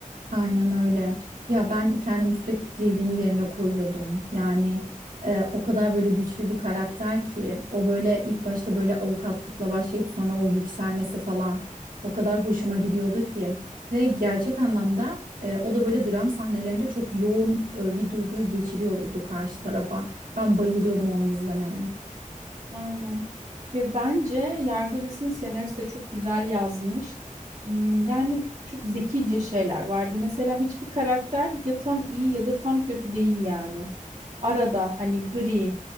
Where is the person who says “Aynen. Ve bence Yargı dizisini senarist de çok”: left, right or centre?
Right